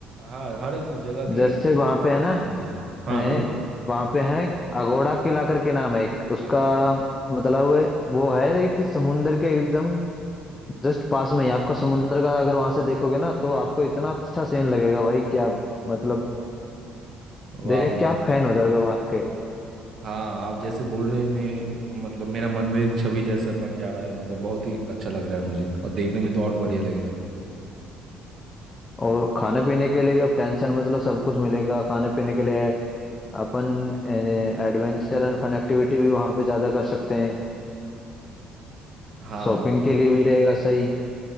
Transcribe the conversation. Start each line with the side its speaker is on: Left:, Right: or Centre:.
Right: हाँ हर एक जगह के
Left: जैसे
Right: हिस्ट्री
Left: वहाँ
Right: के बारे
Left: पे
Right: में
Left: है ना
Right: जानना चाहिए हाँ
Left: ए,
Right: बोलिए
Left: वहाँ पे है अगोड़ा किला करके नाम है एक उसका मतलब वो वो है एक समुंदर के एकदम जस्ट पास में ही आपका समुंदर का अगर वहां से देखोगे ना तो आपको इतना अच्छा सीन लगेगा भाई क्या मतलब
Right: वाह
Left: देख
Right: वाह
Left: के आप फैन हो जाओगे वहाँ के
Right: हाँ आप जैसे बोल रहे हैं मैं एक- मतलब मेरा मन में एक छवि जैसा बन जा रहा है मतलब बहुत ही अच्छा लग रहा है मुझे और देखने में तो और बढ़िया लगेगा
Left: और खाने पीने के लिए भी आप टेंशन मतलब सब कुछ मिलेगा खाने पीने के लिए अपन एडवेंचर एंड फन एक्टिविटी भी वहाँ पे ज़्यादा कर सकते हैं
Right: हाँ
Left: शॉपिंग के लिए भी रहेगा सही